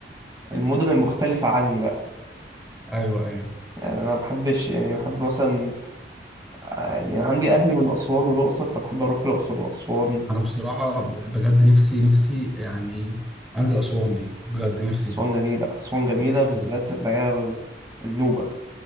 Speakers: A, on the right (about 20°); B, in the centre.
A: المدن المختلفة عني بقى
B: ايوه ايوه
A: يعني انا ما بحبش يعني بحب مثلا يعني أنا عندي اهلي من اسوان والاقصر فبحب اروح الاقصر واسوان
B: انا بصراحة ب- بجد نفسي نفسي يعني انزل اسوان دي بجد نفسي
A: اسوان
B: يعني
A: جميله اسوان جميله بالذات
B: <laughs>
A: اللي هي النوبه